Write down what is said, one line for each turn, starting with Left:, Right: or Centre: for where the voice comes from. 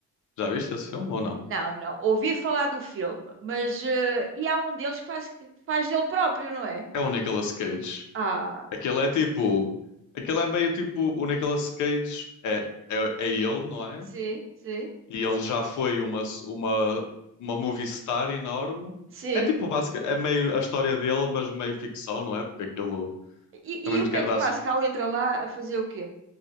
Left: Já viste esse filme ou não?
Right: Não, não. Ouvi falar do filme, mas. eh, e há um deles que faz, que faz dele próprio, não é?
Left: É o Nicolas Cage.
Right: Ah,
Left: Aquele é tipo. Aquele é meio tipo. O Nicolas Cage é, é, é ele, não é?
Right: sim, sim,
Left: E ele já foi uma, uma, uma movie star enorme.
Right: sim.
Left: É tipo, básica, é meio a história dele, mas meio ficção, não é? Porque aquilo.
Right: E,
Left: Também
Right: e
Left: não
Right: o
Left: te
Right: Pedro
Left: quero dar
Right: Pascal entra lá a fazer o quê?